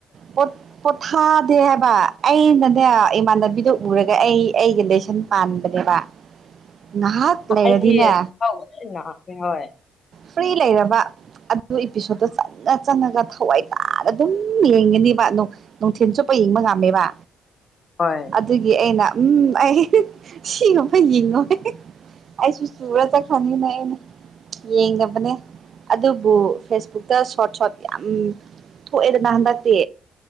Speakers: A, on the right; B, on the left.
A: ꯄꯣꯠ ꯄꯣꯠꯊꯥꯗꯦ ꯍꯥꯏꯕ ꯑꯩꯅꯅꯦ ꯏꯃꯥꯟꯅꯕꯤꯗꯨ ꯎꯔꯒ ꯑꯩ ꯑꯩꯒ ꯂꯦꯁꯟ ꯄꯥꯟꯕꯅꯦꯕ ꯅꯍꯥꯛ ꯂꯩꯔꯗꯤꯅꯦ
B: ꯑꯩꯗꯤ ꯆꯈꯥꯎ ꯂꯣꯏ ꯅꯥꯈ꯭ꯔꯦ ꯍꯣꯏ
A: ꯐ꯭ꯔꯤ ꯂꯩꯔꯕ ꯑꯗꯨ ꯏꯄꯤꯁꯣꯠꯇꯣ ꯆꯪꯉ ꯆꯪꯉꯒ ꯊꯋꯥꯏ ꯇꯥꯅ ꯑꯗꯨꯝ ꯌꯦꯡ ꯌꯦꯡꯒꯅꯤꯕ ꯅꯨꯡꯊꯤꯜ ꯆꯨꯞꯄ ꯌꯦꯡꯕ ꯉꯝꯃꯦꯕ
B: ꯍꯣꯏ
A: ꯑꯗꯨꯒꯤ ꯑꯩꯅ ꯎꯝ ꯑꯩ ꯁꯤ ꯒꯨꯝꯕ ꯌꯦꯡꯉꯣꯏ ꯑꯩꯁꯨ <unintelligible> ꯈꯪꯉꯤꯅꯦ ꯑꯩꯅ ꯌꯦꯡꯗꯕꯅꯦ ꯑꯗꯨꯕꯨ ꯐꯦꯁꯕꯨꯛꯇ ꯁꯣꯔꯠ ꯁꯣꯔꯠ ꯌꯥꯝ ꯊꯣꯛꯑꯦꯗꯅ ꯍꯟꯗꯛꯇꯤ